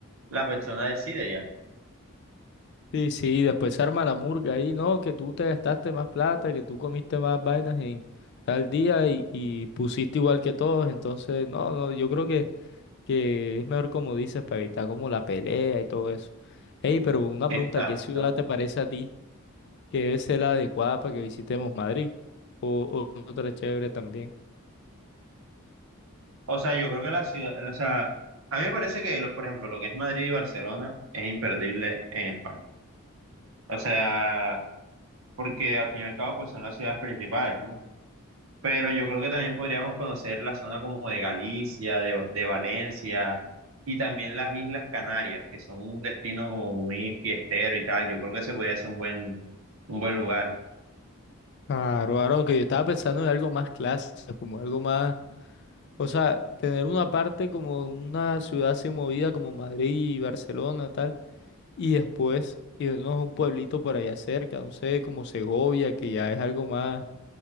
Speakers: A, on the right; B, on the left.
A: la persona decide ya.
B: Sí, sí, después arma la murga ahí, ¿no? Que tú te gastaste más plata, que tú comiste más vainas en tal día y, y pusiste igual que todos, entonces, no, no, yo creo que, que es mejor como dices, para evitar como la pelea y todo eso. Ey, pero una
A: Exacto.
B: pregunta, ¿qué ciudad te parece a ti que debe ser la adecuada para que visitemos Madrid? O, o otra chévere también.
A: O sea, yo creo que la ciudad, o sea, a mí me parece que, lo- por ejemplo, lo que es Madrid y Barcelona es imperdible en España. O sea, porque al fin y al cabo, pues son las ciudades principales, ¿no? Pero yo creo que también podríamos conocer la zona como de Galicia, de, de Valencia y también las Islas Canarias, que son un destino como muy fiestero y tal. Yo creo que ese podría ser un buen, un buen lugar.
B: Claro, Aaron, que yo estaba pensando en algo más clásico, como algo más, o sea, tener una parte como una ciudad así movida como Madrid y Barcelona, tal y después irnos a un pueblito por allá cerca, no sé, como Segovia, que ya es algo más,